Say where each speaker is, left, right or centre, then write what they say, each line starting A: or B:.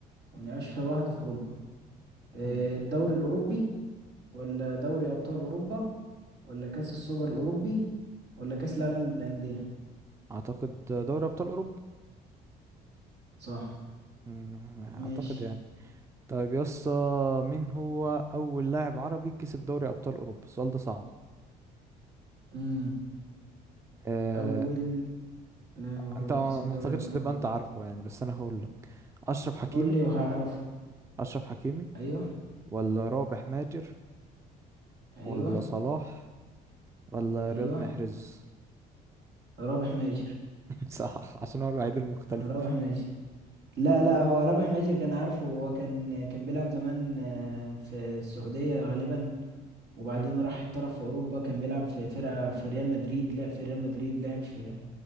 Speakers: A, on the right; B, on the right.
A: يعني أشهر واحدة في أوروبا آه
B: مم.
A: الدوري الأوروبي ولا دوري أبطال أوروبا ولا كأس السوبر الأوروبي ولا كأس العالم للأندية
B: اعتقد دوري ابطال اوروبا
A: صح
B: مم،
A: ماشي
B: اعتقد يعني طيب يسا مين هو اول لاعب عربي كسب دوري ابطال اوروبا السؤال ده صعب
A: امم
B: أه...
A: أول لاعب عربي
B: انت ما
A: كسب
B: ما
A: دوري
B: اعتقدش
A: أبطال
B: تبقى
A: أوروبا
B: انت عارفه يعني بس انا هقول أشرف حكيمي
A: قول لي وهعرفه
B: أشرف حكيمي
A: أيوه
B: ولا رابح ماجر
A: أيوه
B: ولا صلاح ولا
A: أيوه
B: رياض محرز
A: رابح ماجر
B: <laughs> صح عشان هو الوحيد المختلف
A: رابح ماجر لا لا هو رابح ماجر أنا عارفه هو كان كان بيلعب زمان آه، في السعودية غالبا وبعدين
B: <laughs> مم.
A: راح احترف في أوروبا كان بيلعب في فرقة في ريال مدريد لعب في ريال مدريد لعب في